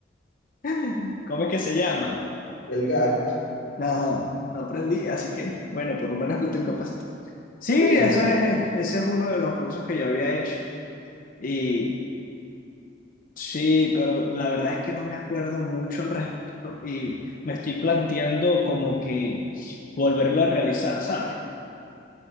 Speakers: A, on the left; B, on the left.
A: <laughs> ¿cómo es que se llama?
B: <laughs> del gas.
A: Ajá, no aprendí, así que, bueno, por lo menos exploté un capacitor. Sí, ese
B: Exacto.
A: es, ese es uno de los cursos que yo había hecho. Y sí, pero la verdad es que no me acuerdo mucho al respecto y me estoy planteando como que volverlo a realizar, ¿sabes?